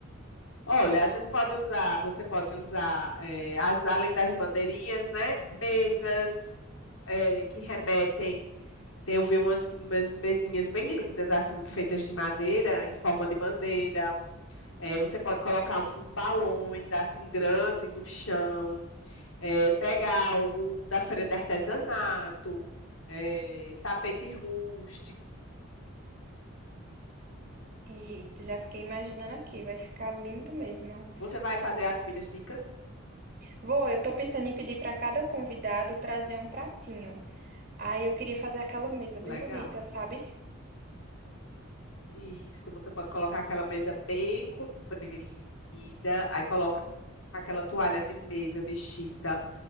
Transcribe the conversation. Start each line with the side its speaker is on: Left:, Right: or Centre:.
Left: Olha, a gente pode usar, você pode usar, é, as- além das bandeirinhas, né? Mesas, é, que remetem. Tem, eu vi umas, umas mesinhas bem lindas, assim, feitas de madeira, em forma de bandeira. É, você pode colocar uns balões, assim, grande no chão. É, pega algo da feira de artesanato, é, tapete rústico.
Right: Eita, já fiquei imaginando aqui, vai ficar lindo mesmo.
Left: Você vai fazer as comidas típicas?
Right: Vou, eu tô pensando em pedir pra cada convidado trazer um pratinho. Aí eu queria fazer aquela mesa bem
Left: Legal.
Right: bonita, sabe?
Left: Isso, você pode colocar aquela mesa bem comprida, aí coloca aquela toalha de mesa de chita